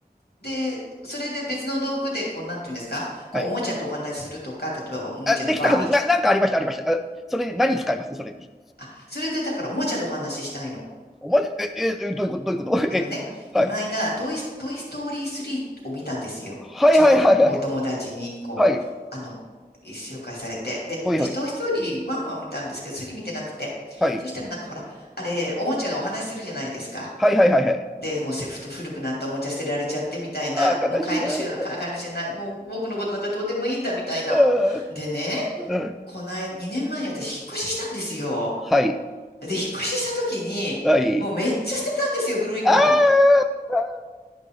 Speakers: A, on the left; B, in the centre.
A: で、それで別の道具で、こう、なんていうんですかこう、
B: はい。
A: おもちゃとお話しするとか、例えばおもちゃのバービーちゃん。
B: あ、できたはず。な、なんかありました、ありました。あそれに何使いますそれに。
A: あ、それでだからおもちゃとお話ししたいの。
B: お前、え、え、どういうこと、どういうこと
A: あのね、
B: <laughs> え、
A: この間、
B: はい。
A: トイス、トイストーリー3を見たんですよ。
B: はいはいはいはい。
A: ちょっとお友達に、こう、
B: はい。
A: あの、紹介されて。で、
B: ほいほい。
A: 私、トイストーリー1は見たんですけど、3見てなくて。
B: はい。
A: そしたらなんかほら、あれ、おもちゃがお話しするじゃないですか。
B: はいはいはいはい。
A: で、もうせふと古くなったおもちゃ捨てられちゃってみたいな、
B: あー、
A: もう飼い主は飼い主じゃない、
B: 悲しい。あー
A: もう僕のことなんかどうでもいいんだみたいな。
B: あーあ
A: でね、
B: ー <laughs> あー
A: この間、2年前に私、引っ越ししたんですよ。
B: はい。
A: で、引っ越しした時に、
B: はい。
A: もうめっちゃ捨てたんですよ、古いもん。
B: あーあ